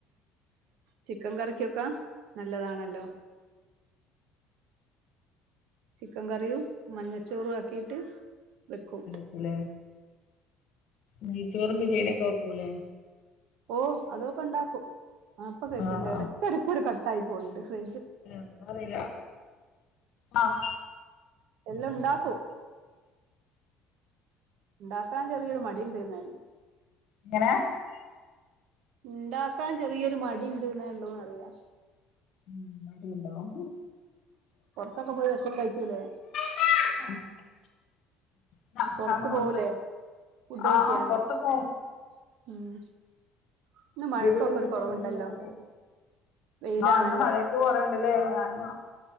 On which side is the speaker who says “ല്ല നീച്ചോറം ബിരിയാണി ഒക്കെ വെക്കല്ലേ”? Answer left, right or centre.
Left